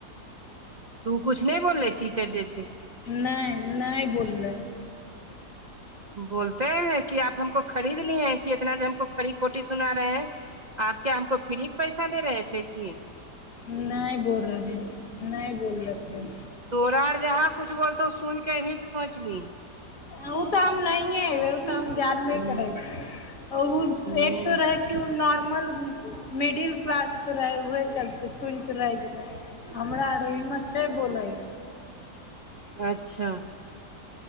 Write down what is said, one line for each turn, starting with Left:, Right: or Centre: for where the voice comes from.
Right: उ किछु नहि बोलले टीचर जे छै से।
Left: नै, नै बोललै।
Right: बोलतेै ने कि आप हमको खरीद लिये है कि इतना जे हमको खड़ी खोटी सुना रहे है। आप क्या हमको फ्री के पैसा दे रहे थे की।
Left: नै बोल रहलौ, नै बोलकै।
Right: तोरा आर जहाँ कुछ बोलतौ सुन के एभी ते सोच लिहे।
Left: आ उ तऽ हम नहिये एबे उ तऽ हम जानबे
Right: हूँ
Left: करै छी उ
Right: हूँ
Left: एक तो रहै की उ नॉर्मल उम्म मिडिल क्लास के रहै उहे चलते। सुन के रैह गेलै, हमरा आरो हिम्मत छै बोलै
Right: अच्छा।